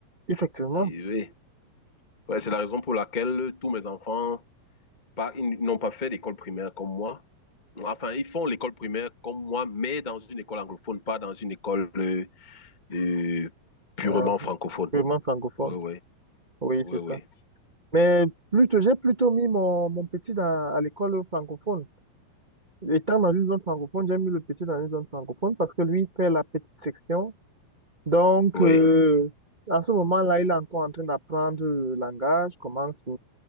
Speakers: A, on the right; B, on the left.
A: effectivement.
B: Et oui. Ouais, c'est la raison pour laquelle tous mes enfants, pas, ils n'ont pas fait l'école primaire comme moi. Enfin, ils font l'école primaire comme moi, mais dans une école anglophone, pas dans une école euh, euh, purement
A: Euh,
B: francophone.
A: purement francophone.
B: Oui, oui,
A: Oui,
B: oui,
A: c'est
B: oui,
A: ça. Mais plutôt, j'ai plutôt mis mon, mon petit dans, à l'école francophone. Étant dans une zone francophone, j'ai mis le petit dans une zone francophone parce que lui fait la petite section Donc,
B: oui,
A: euh, à ce moment-là, il est encore en train d'apprendre le langage, comment s-